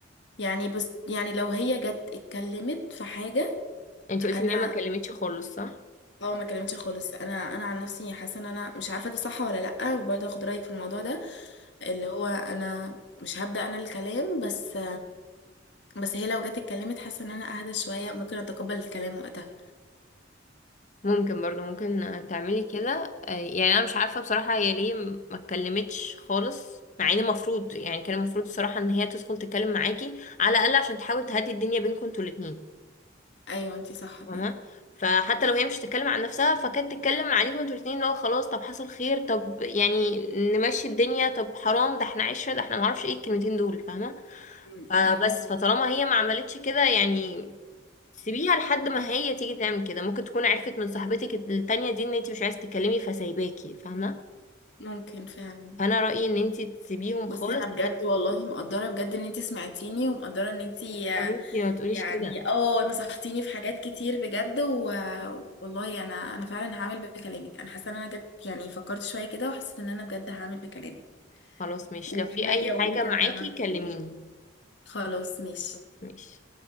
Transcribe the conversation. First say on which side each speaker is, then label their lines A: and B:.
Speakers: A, on the left; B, on the left.
A: يعني بس يعني لو هي جت اتكلمت في حاجة
B: انت
A: انا
B: قلتي ان هي ما كلمتش خالص صح
A: اه ما كلمتش خالص انا انا عن نفسي حاسة ان انا مش عارفة ده صح ولا لا وبرضه اخد رأيك في الموضوع ده اللي هو انا مش هبدأ انا الكلام بس بس هي لو جت اتكلمت حاسة ان انا اهدى شوية ممكن اتقبل الكلام وقتها
B: ممكن برضو ممكن تعملي كده آه، يعني انا مش عارفه بصراحه هي ليه م- ما اتكلمتش خالص مع ان المفروض يعني كان المفروض الصراحه ان هي تدخل تتكلم معاكي على الاقل عشان تحاول تهدي الدنيا بينكم انتوا الاتنين
A: ايوه انتي صح بجد
B: فاهمة فحتى لو هي مش تتكلم عن نفسها فكانت تتكلم عليكم انتوا الاتنين اللي هو خلاص طب حصل خير طب يعني نمشي الدنيا طب حرام ده احنا عشرة ده احنا معرفش ايه الكلمتين دول فاهمة
A: مم.
B: فبس
A: ايوه صح.
B: فطالما هي ما عملتش كده يعني سيبيها لحد ما هي تيجي تعمل كده ممكن تكون عرفت من صاحبتك التانية دي ان انتي مش عايزة تتكلمي فسايباكي فاهمة
A: ممكن فعلا
B: فانا رأيي ان انتي تسيبيهم
A: بصي
B: خالص
A: انا بجد
B: لحد
A: والله مقدره بجد ان انتي سمعتيني ومقدره ان انتي آه،
B: يا بنتي ما تقوليش
A: يعني
B: كده
A: اه نصحتيني في حاجات كتير بجد و... والله انا انا فعلا هعمل بكلامك انا حاسه ان انا جد يعني فكرت شويه كده وحسيت ان انا بجد هعمل بكلامك
B: خلاص ماشي
A: وهاجي
B: لو في اي
A: اقول
B: حاجة
A: لك
B: معاكي
A: انا عملت
B: كلميني
A: ايه خلاص ماشي
B: خلاص ماشي